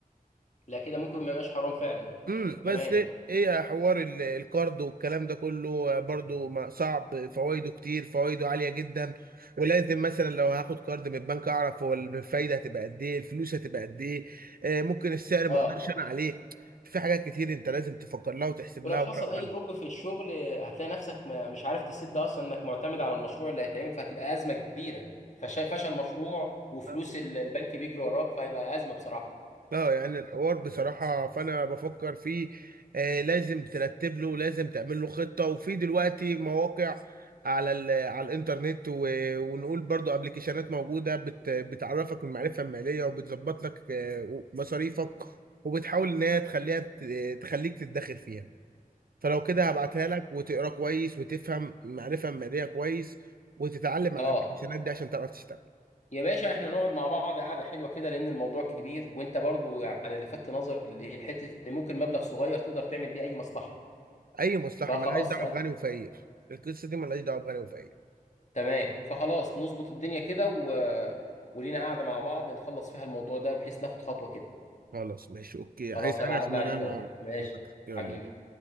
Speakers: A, on the left; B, on the right.
A: لا كده ممكن ما يبقاش حرام فعلا
B: امم بس
A: تمام
B: ايه حوار ال- الكارد والكلام ده كله آه، برضو ما- صعب فوائده كتير فوائده عاليه جدا ولازم مثلا لو هاخد كارد من البنك اعرف هو الفايده هتبقى قد ايه الفلوس هتبقى قد ايه آه، ممكن السعر ما
A: اه
B: اقدرش انا عليه في حاجات كتير انت لازم تفكر لها وتحسب
A: ولو
B: لها
A: حصل
B: ورقه
A: اي
B: وقلم
A: دروب في الشغل هتلاقي نفسك ما مش عارف تسد اصلا انك معتمد على المشروع اللي هيتعمل فهتبقى ازمه كبيره فشا- فشل مشروع وفلوس
B: يلا.
A: ال- البنك بيجري وراك فهيبقى ازمه بصراحه
B: اه يعني الحوار بصراحة فأنا بفكر فيه آه لازم ترتب له لازم تعمل له خطة وفي دلوقتي مواقع على ال- على الإنترنت و- ونقول برضو ابلكيشنات موجودة بت بتعرفك المعرفة المالية وبتظبط لك آه، مصاريفك وبتحاول إن هي تخليها ت- تخليك تتدخل فيها فلو كده هبعتها لك وتقرا كويس وتفهم المعرفة المالية كويس وتتعلم
A: اه
B: على الابلكيشنات دي عشان تعرف تشتغل
A: يا باشا احنا نقعد مع بعض قعده حلوه كده لان الموضوع كبير وانت برضو يعني لفت نظر الحته اللي ممكن مبلغ صغير تقدر تعمل بيه اي مصلحه
B: أي مصلحة
A: فخلاص
B: ملهاش دعوة
A: أنا-
B: بغني وفقير القصة دي ملهاش دعوة بغني وفقير
A: تمام فخلاص نظبط الدنيا كده و... ولينا قاعده مع بعض نخلص فيها الموضوع ده بحيث ناخد خطوه كده
B: خلاص ماشي اوكي عايز
A: خلاص
B: حاجة
A: هبقى
B: عشان
A: عدى عليك
B: انا ما
A: يا وضع ماشي
B: مزق. يلا
A: حبيبي
B: بقى.